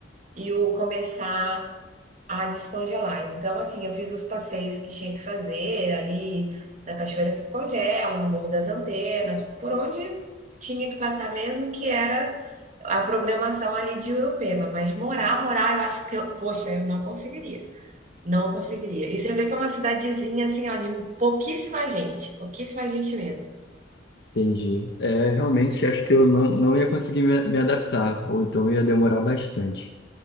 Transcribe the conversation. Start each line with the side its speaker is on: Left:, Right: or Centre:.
Right: e o começar a descongelar. Então, assim, eu fiz os passeios que tinha que fazer ali na Cachoeira que Congela, no Morro das Antenas, por onde tinha que passar mesmo, que era a programação ali de Urupema. Mas morar, morar, eu acho que eu, poxa, eu não conseguiria. Não conseguiria. E você vê que é uma cidadezinha, assim, ó, de pouquíssima gente, pouquíssima gente mesmo.
Left: Entendi. É, realmente acho que eu não, não ia conseguir me, me adaptar, ou então ia demorar bastante.